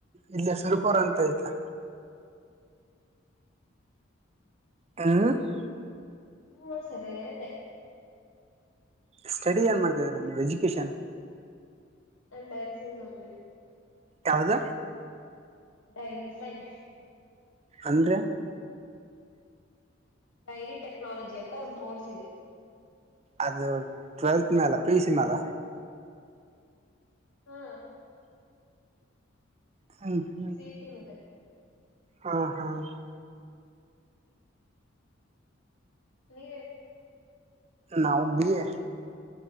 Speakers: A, on the right; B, on the left.
A: ಇಲ್ಲೇ ಸುರಪುರ್ ಅಂತ ಆಯ್ತೆ ಹ <unintelligible>
B: ಹ್ಮ ಸರಿ ಅದೇ
A: ಸ್ಟಡಿ ಏನ್ ಮಾಡ್ತಿದ್ದೀರಾ ಎಜುಕೇಶನ್
B: ನಾನ್ ಡೈರಿ ಸೇಲ್ಸ್ ಹೋಗತಿ <unintelligible>
A: ಯಾವ್ದ
B: ಡೈರಿ ಸೈನ್
A: ಅಂದ್ರೆ
B: ಡೈರಿ ಟೆಕ್ನಾಲಜಿ ಅಂತ ಒಂದು ಕೋರ್ಸ್ ಇದೆ
A: ಅದು ಟ್ವೆಂಲ್ತ್ ಮೇಲೆ ಪಿಯುಸಿ ಮೇಲೆ
B: ಹ್ಮ್ <unintelligible>
A: ಹಾ <unintelligible>
B: ಸೀ ಹಿ ಟಿ ಮೇಲೆ
A: ಹಾ ಹಾ <unintelligible>
B: ನೀವ <unintelligible>
A: ನಾವು ಬಿ ಎ